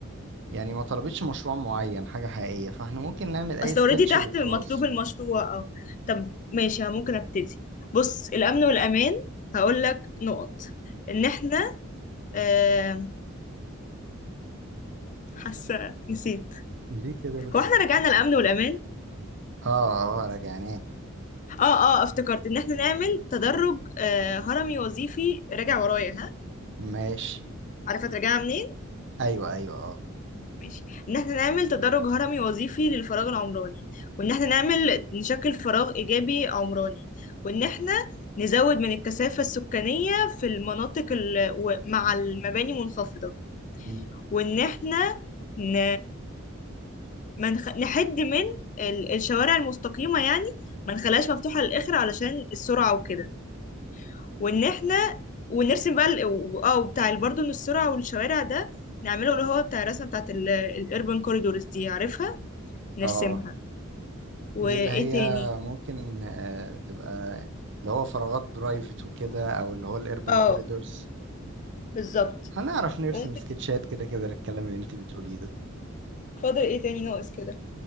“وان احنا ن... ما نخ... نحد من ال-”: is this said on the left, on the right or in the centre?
Left